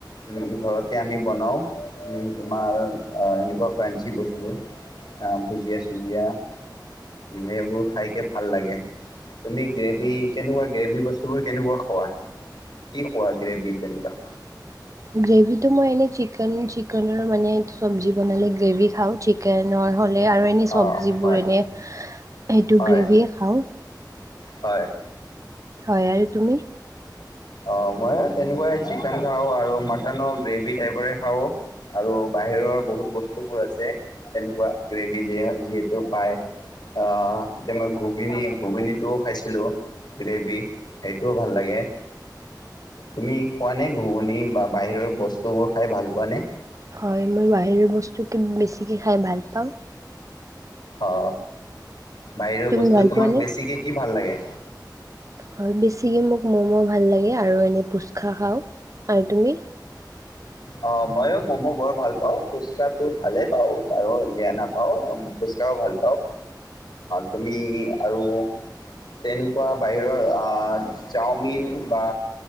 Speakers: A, on the left; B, on the right.
A: উ ঘৰতে আমি বনাও উ তোমাৰ এনেকুৱা ক্ৰাঞ্চি বস্তুবোৰ আহ ভুজিয়া চুজিয় উ সেইবোৰ খাইকে ভাল লাগে তুমি গ্ৰেভিী কেনেকুৱা গ্ৰেভিী বস্তুবোৰ কেনেকুৱা খোৱা কি খোৱা গ্ৰেভিী তেনেকুৱা
B: গ্ৰেভিটো মই এনে চিকেন চিকেনৰ মানে চব্জি বনালে গ্ৰেভি খাওঁ চিকেনৰ হ আৰু এনেই
A: অঁ
B: চব্জিবোৰ
A: হয়
B: এনে সেইটো
A: হয়
B: গ্ৰেভিয়ে খাওঁ
A: হয়
B: হয় আৰু তুমি
A: আহ মই তেনেকুৱাই চিকেন খাওঁ আৰু মটনৰ গ্ৰেভি টাইপৰে খাওঁ আৰু বাহিৰৰ বহুত বস্তুবোৰ আছে তেনেকুৱা গ্ৰেভী য যিহেতু পাই আহ এতিয়া মই ঘুগনি ঘুগনীটোও খাইছিলো গ্ৰেভি সেইটোও ভাল লাগে তুমি খোৱা নে ঘূুণণী বা বাহিৰৰ বস্তুবোৰ খাই ভাল পোৱা নে
B: হয় মই বাহিৰে বস্তু <unintelligible> বেছিকৈ খাই ভাল পাওঁ
A: অ বাহিৰৰ
B: তুমি
A: বস্তু
B: ভাল
A: তোমাক
B: পোৱানে
A: বেছিকে কি ভাল লাগে
B: হয় বেছিকে মোক মম' ভাল লাগে আৰু এনে পুচখা খাওঁ আৰু তুমি
A: অঁ ময়ো ম'ম' বৰ ভাল পাওঁ ফুচকাটো ভালেই পাওঁ আৰু বিয়া নাপাওঁ ফুচ্কাও ভাল পাওঁ তুমি আৰু তেনেকুৱা বাহিৰৰ চাওমিন বা